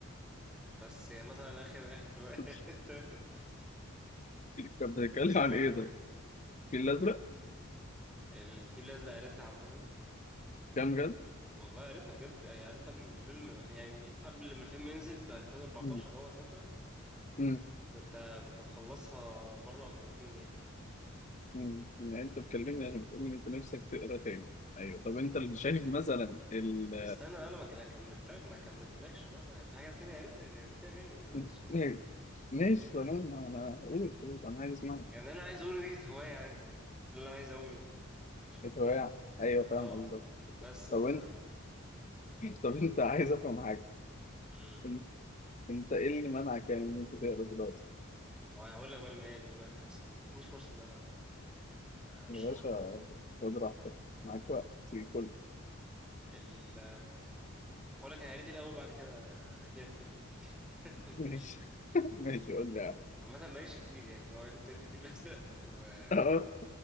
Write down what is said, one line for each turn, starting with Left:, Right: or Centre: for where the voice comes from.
Centre: بس يعني مثلا اخر اخر روايه <laughs>
Left: <laughs>
Centre: قريتها كنت في
Left: كان بتتكلم
Centre: كنت في ثانوي
Left: عن ايه
Centre: كده
Left: طيب؟ الفيل الازرق؟
Centre: الفيل الازرق قريتها عامه
Left: كام جد؟
Centre: والله قريتها بجد يعني قريتها قبل ما الفيلم يعني قبل ما الفيلم ينزل في 2014
Left: مم.
Centre: هو ساعتها
Left: مم.
Centre: كنت كنت مخلصها مره او مرتين يعني
Left: مم. يعني انت بتكلمني عشان بتقول ان انت نفسك تقرا تاني ايوه طب انت اللي شايف مثلا ال
Centre: استنى انا ما كان- كملت ما كملتلكش بقى ما أنا في حاجات تانية قريتها غير ده يعني ما انا معلش
Left: <laughs>
Centre: يعني
Left: ماشي ماشي تمام انا قول قول، انا عايز اسمعك
Centre: يعني اللي انا عايز اقوله دي كانت هواية عندي يعني ده اللي انا عايز اقوله ماشي
Left: كانت هواية ايوه فاهم
Centre: اه
Left: قصدك
Centre: بس ف
Left: طب طب انت عايز افهم حاجه
Centre: مم.
Left: انت انت ايه اللي منعك يعني ان انت تقرا دلوقتي
Centre: ما هو هقول لك بقى الم- يعني ما انت ما سبتنيش فرصة ان انا اشرح
Left: يا باشا
Centre: لك الموضوع
Left: خد راحتك معاك وقت كله
Centre: ال هقول لك انا قريت إيه الاول بعد كده هجيلك في الحتة دي <laughs>
Left: ماشي
Centre: ماشي
Left: <laughs> ماشي قول لي يعني.
Centre: عامة ما قريتش كتير يعني هو كنت قريت الفيل الازرق وهبتة
Left: اه